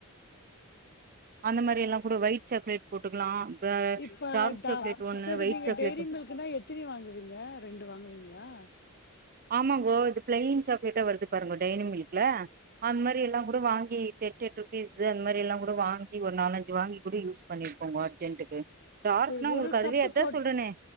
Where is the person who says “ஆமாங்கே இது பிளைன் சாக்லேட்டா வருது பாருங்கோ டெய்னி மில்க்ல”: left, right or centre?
Right